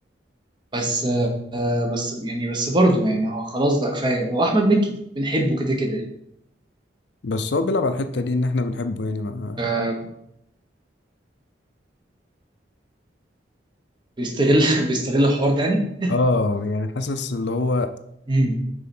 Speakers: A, on the right; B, on the left.
A: بس آه، بس يعني بس برضه يعني هو خلاص بقى كفايه واحمد مكي بنحبه كده كده يعني
B: بس هو بيلعب على الحتة دي ان احنا بنحبه يعني ما
A: آه، بيستغل <laughs> بيستغل الحوار ده يعني <laughs>
B: اه يعني حاسس اللي هو
A: مم.